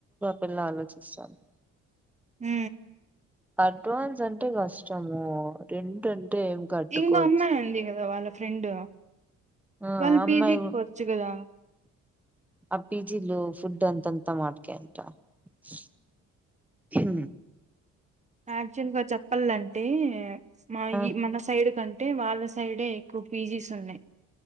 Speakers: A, in the centre; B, on the right.
A: వెళ్లి ఆలోచిస్తాను.
B: హ
A: అడ్వాన్స్ అంటే కష్టము రెంట్ ఏం కట్టుకోవచ్చు
B: ఇంకో అమ్మాయి ఉంది కదా వాళ్ళ ఫ్రెండ్
A: ఆ
B: వాళ్లు
A: అమ్మాయి
B: పీజీకి పోవచ్చు కదా
A: ఆ పీజీలు ఫుడ్ అంతంత వాటికే అంత <inaudible> హ
B: యాక్చువల్ గా చెప్పాలంటే టే మాయి
A: ఆ
B: మన సైడ్ కంటే అంటే వాళ్ళసైడే ఎక్కువ పీజీస్ ఉన్నాయి